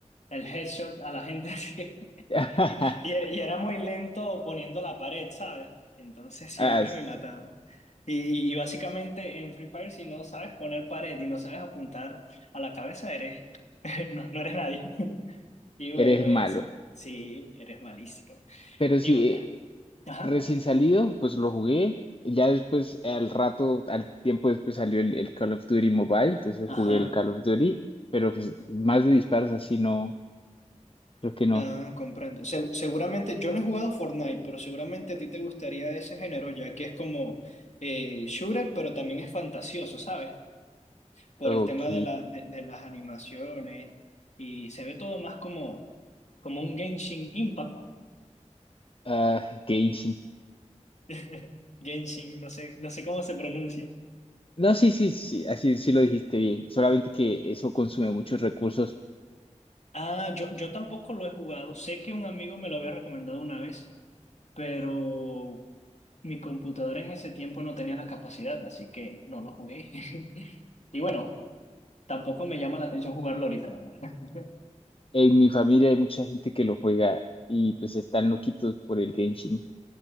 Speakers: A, on the left; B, on the left.
A: el headshot a la gente <laughs> así.
B: <laughs>
A: Y, y era y era muy lento poniendo la pared, ¿sabes? Entonces siempre
B: Ah, sí,
A: me mataban. Y, y básicamente en Free Fire, si no sabes poner pared y no sabes apuntar a la cabeza, eres, <laughs> no, no eres nadie. <laughs> Y bueno,
B: eres
A: ese,
B: malo.
A: sí, eres malísimo.
B: Pero
A: Y,
B: sí,
A: bu-
B: eh,
A: ajá,
B: recién salido, pues lo jugué. Y ya después, al rato, al tiempo después salió el, el Call of Duty Mobile, entonces
A: ajá.
B: jugué el Call of Duty, pero pues más de disparos así no, creo que no.
A: Ah, comprendo. Se- seguramente, yo no he jugado Fortnite, pero seguramente a ti te gustaría ese género, ya que es como eh, shooter, pero también es fantasioso, ¿sabes? Por
B: Ok.
A: el tema de, la, de, de las animaciones y se ve todo más como, como un Genshin Impact.
B: Ah, Genshin.
A: <laughs> Genshin, no sé, no sé cómo se pronuncia.
B: No, sí, sí, sí, así sí lo dijiste bien. Solamente que eso consume muchos recursos.
A: Ah, yo, yo tampoco lo he jugado. Sé que un amigo me lo había recomendado una vez, pero mi computadora en ese tiempo no tenía la capacidad, así que no lo jugué. <laughs> Y bueno, Tampoco me llama la atención jugarlo ahorita, la verdad. <laughs>
B: En mi familia hay mucha gente que lo juega y pues están loquitos por el Genshin.